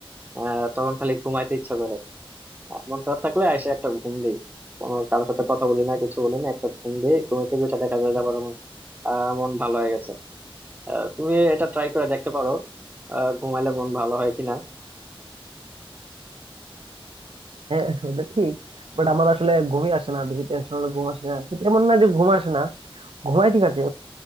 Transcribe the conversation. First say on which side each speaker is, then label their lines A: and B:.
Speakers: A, on the right (about 20°); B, on the right (about 75°).
A: আহ, তখন খালি ঘুমাইতে ইচ্ছা করে মন খারাপ থাকলে আইসে একটা ঘুম দেই কোনো কারোর সাথে কথা বলি না কিছু বলি না একটা ঘুম দেই ঘুম থেকে উঠে দেখা যায় যে আবার আমার, আহ, মন ভালো হয়ে গেছে আহ, তুমি এটা ট্রাই করে দেখতে পারো আহ, ঘুমাইলে মন ভালো হয় কিনা
B: হ্যাঁ <laughs> এটা ঠিক বাট আমার আসলে ঘুমই আসে না বেশি টেনশন হলে ঘুম আসে না কিন্তু এমন না যে ঘুম আসে না ঘুমাই ঠিক আছে